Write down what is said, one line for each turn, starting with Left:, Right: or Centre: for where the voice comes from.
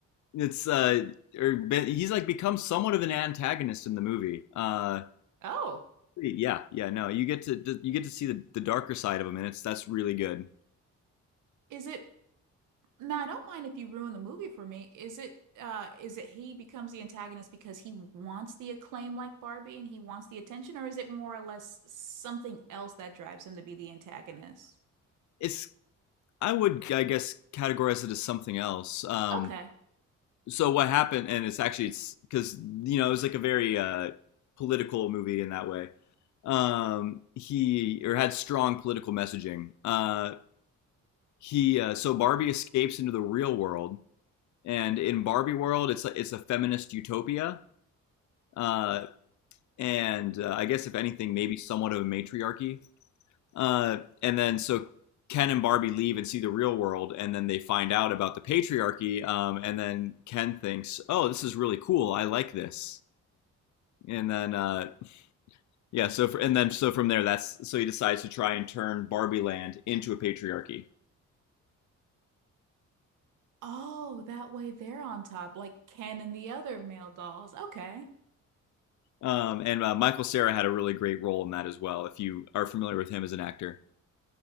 Left: it's uh, or he's like become somewhat of an antagonist in the movie. Uh,
Right: Oh,
Left: yeah, yeah, no, you get to you get to see the, the darker side of him, and it's that's really good.
Right: Is it Now, I don't mind if you ruin the movie for me. Is it uh is it he becomes the antagonist because he wants the acclaim like Barbie and he wants the attention, or is it more or less something else that drives him to be the antagonist?
Left: It's I would I guess categorize it as something else. Um,
Right: Okay.
Left: so what happened, and it's actually it's because you know it was like a very uh, political movie in that way. Um, he or had strong political messaging. Uh, he uh, so Barbie escapes into the real world, and in Barbie world, it's a, it's a feminist utopia, uh, and uh, I guess if anything, maybe somewhat of a matriarchy. Uh, and then so Ken and Barbie leave and see the real world, and then they find out about the patriarchy. Um, and then Ken thinks, "Oh, this is really cool. I like this." And then uh, yeah, so for, and then so from there, that's so he decides to try and turn Barbie Land into a patriarchy.
Right: Oh, that way they're on top, like Ken and the other male dolls. Okay.
Left: Um, and uh, Michael Cera had a really great role in that as well. If you are familiar with him as an actor,